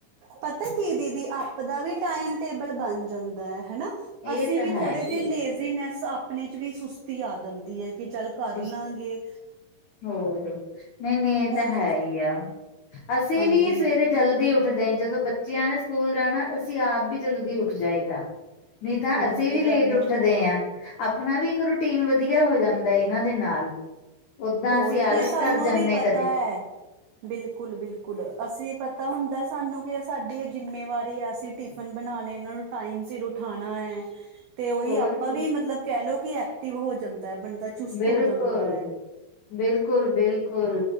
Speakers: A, on the right; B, on the left.
A: ਪਤਾ ਕੀ ਦੀਦੀ ਆਪ ਦਾ ਵੀ ਟਾਈਮ -ਟੇਬਲ ਬਨ ਜਾਂਦਾ ਹੈਨਾ
B: ਇਹ
A: ਅਸੀਂ
B: ਤਾਂ
A: ਵੀ
B: ਹੈ
A: ਥੋੜੇ
B: ਹੀ
A: ਜੇਹੇ ਇਜੀਨੈਸ ਆਪਣੇ 'ਚ ਵੀ ਸੁਸਤੀ ਆ ਜਾਂਦੀ ਹੈ ਕਿ ਚੱਲ ਕਰ
B: ਸੁਸਤ
A: ਲਾਂਗੇ
B: ਹੋਰ ਨਹੀਂ ਨਹੀਂ ਇਹ
A: ਹੁਣ
B: ਤਾਂ ਹੈ ਹੀ ਆ ਅਸੀਂ
A: ਹਾਂਜੀ
B: ਵੀ ਸਵੇਰੇ ਜਲਦੀ ਉੱਠਦੇ ਜਦੋਂ ਬੱਚਿਆਂ ਨੇ ਸਕੂਲ ਜਾਣਾ ਅਸੀਂ ਆਪ ਵੀ ਜਲਦੀ ਉੱਠ ਜਾਈਦਾ ਨਹੀਂ ਤਾਂ
A: ਉਹੀ
B: ਅਸੀਂ
A: ਤੇ
B: ਵੀ ਲੇਟ
A: ਗੱਲ
B: ਉੱਠਦੇ
A: ਹੈ
B: ਹਾਂ, ਆਪਣਾ ਵੀ ਇੱਕ ਰੂਟੀਨ ਵਧੀਆ ਹੋ ਜਾਂਦ ਮੈਂ ਇਹਨਾਂ ਦੇ ਨਾਲ ਓਦਾਂ
A: ਹੋਰ
B: ਅਸੀਂ ਆਲਸ
A: ਕੀ ਸਾਨੂੰ
B: ਕਰ ਜਾਂਦੇ
A: ਵੀ ਪਤਾ
B: ਕਦੇ
A: ਹੈ ਬਿਲਕੁਲ ਬਿਲਕੁਲ ਅਸੀਂ ਪਤਾ ਹੁੰਦਾ ਸਾਨੂੰ ਕਿ ਸਾਡੀ ਇਹ ਜਿੰਮੇਵਾਰੀ ਹੈ ਅਸੀਂ ਟਿਫਿਨ ਬਣਾਉਣੇ ਇਹਨਾਂ ਨੂੰ ਟਾਈਮ ਸਿਰ ਉਠਾਉਣਾ ਹੈਂ ਤੇ ਉਹੀ
B: ਹੋਰ
A: ਆਪਾਂ
B: ਕੀ
A: ਵੀ ਮਤਲਬ ਕੈ ਲਓ ਕਿ ਐਕਟਿਵ ਹੋ ਜਾਂਦਾ ਬੰਦਾ ਚੁਸਤ
B: ਬਿਲਕੁਲ,
A: ਹੋ ਜਾਂਦਾ ਹੈ
B: ਬਿਲਕੁਲ- ਬਿਲਕੁਲ